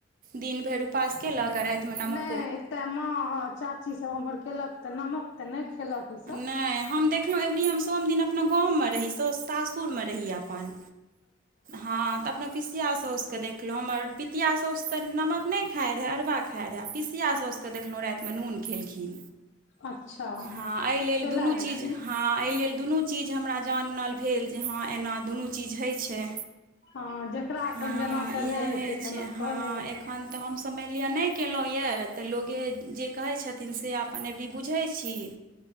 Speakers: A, on the right (about 45°); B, on the left (about 60°).
A: दिन भरि उपास केलक आ रातिमे नमक
B: एते माँ चाची सब हमर केलक तऽ नमक तऽ नहि खेलक। ई सब
A: नहि हम देखलहुँ अबरी हम सोम दिन अपना गाममे रही, सासुरमे रही अपन। हँ तऽ अपना पसिया सौसके देखलहुँ, हमर पितिया सौस तऽ नमक नहि खाए रहै अरवा खाए रहै आ पिसिया सौस के देखलहुँ रातिमे नून खेलखिन।
B: अच्छा।
A: हँ एहि लेल
B: खेला
A: दुनू
B: हेथिन
A: चीज हँ एहि लेल दुनू चीज हमरा जानल भेल जे हँ एना दुनू चीज होइत छै।
B: हँ जेकरा अपन
A: हँ
B: जेना सधै
A: इएह
B: हेतै
A: होइ
B: तेना
A: छै हँ
B: कऽ लै हेतै।
A: एखन तऽ हमसभ मानि लिअ नहि केलहुँ ये तऽ लोगे जे कहै छथि न से अपन अबरी बुझै छी